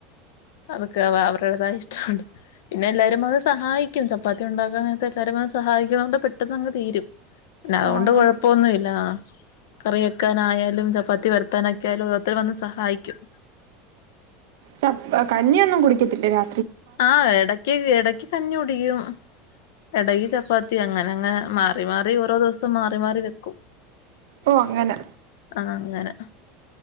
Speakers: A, on the left; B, on the right.
A: അതത് ഒക്കെ അവ അവരുടതായ ഇഷ്ട അല്ലേ പിന്നെ എല്ലാരും വന്ന് സഹായിക്കും ചപ്പാത്തി ഉണ്ടാക്കാൻ നേരത്ത് എല്ലാരും വന്ന് സഹായിക്കുന്നത് കൊണ്ട് പെട്ടെന്ന് അങ്ങ് തീരും പിന്നെ അത്
B: ഓ
A: കൊണ്ട്
B: അങ്ങനെ
A: കൊഴപ്പൊന്നും ഇല്ല കറി വെക്കാന് ആയാലും ചപ്പാത്തി പരത്താന് ഒക്കെ ആയാലും ഓരോരുത്തര് വന്ന് സഹായിക്കും
B: ചപ്പ കഞ്ഞി ഒന്നും കുടിക്കത്തില്ലേ രാ
A: ആഹ എടക്ക് എടക്ക് കഞ്ഞി കുടിക്കും എടക ചപ്പാത്തി അങ്ങനെ അങ്ങനെ മാറി മാറി ഓരോ ദിവസം മാറി മാറി വെക്കും
B: ഓ അങ്ങന.
A: അത് അങ്ങന.